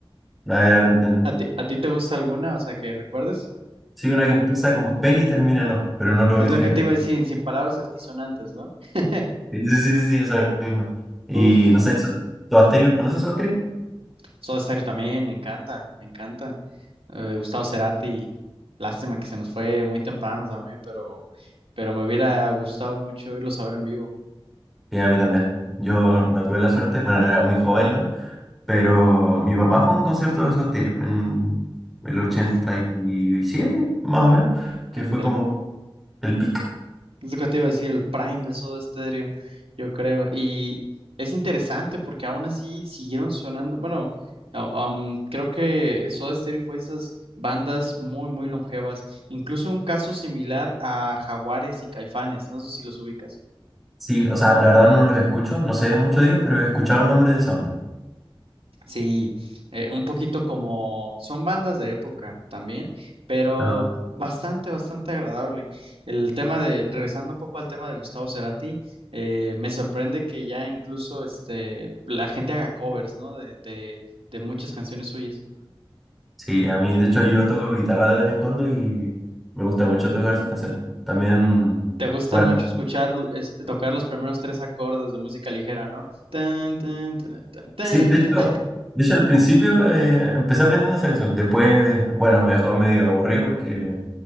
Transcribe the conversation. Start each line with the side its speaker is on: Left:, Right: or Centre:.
Centre: ah, claro, entiendo.
Right: ¿A ti, a ti te gusta alguna? O sea, que recuerdes.
Centre: Sí, una que empieza con P y termina en O, pero no lo voy
Right: Es
Centre: a decir
Right: lo que
Centre: acá.
Right: te iba a decir, sin palabras altisonantes, ¿no? <laughs>
Centre: Sí, sí, sí, sí, sí, esa misma. Y
Right: Uf.
Centre: no sé, Su- Soda ¿conoces Soda
Right: Soda Stereo también, me encanta, me encanta. Eh, Gustavo Cerati, lástima que se nos fue muy temprano también, pero, pero me hubiera gustado mucho irlos a ver en vivo.
Centre: Sí, a mí también. Yo no tuve la suerte, bueno, era muy joven igual, pero mi papá fue a un concierto de Soda en el 87,
Right: Uf,
Centre: más o menos, que
Right: en
Centre: fue
Right: el,
Centre: como el pic.
Right: es lo que te iba a decir, el prime de Soda Stereo, yo creo. Y es interesante porque aún así siguieron sonando. Bueno, no, um, creo que Soda Stereo fue esas bandas muy, muy longevas. Incluso un caso similar a Jaguares y Caifanes, no sé si los ubicas.
Centre: Sí, o sea, la verdad no los escucho, no sé mucho de ellos, pero he escuchado el nombre de esa onda.
Right: Sí, eh, un poquito como son bandas de época también, pero
Centre: Ajá.
Right: bastante, bastante agradable. El tema de, regresando un poco al tema de Gustavo Cerati, eh, me sorprende que ya incluso este, la gente haga covers, ¿no? De, de, de muchas canciones suyas.
Centre: Sí, a mí, de hecho, yo toco guitarra de vez en cuando y me gusta mucho tocar sus canciones. También...
Right: Te gusta
Centre: bueno.
Right: mucho escuchar, es- tocar los primeros tres acordes de música ligera, ¿no? Tan, tan, tan, tan, tan,
Centre: Sí, de hecho,
Right: tan.
Centre: de hecho al principio eh, empecé aprendiendo esa canción. Después, bueno, me dejó medio aburrido porque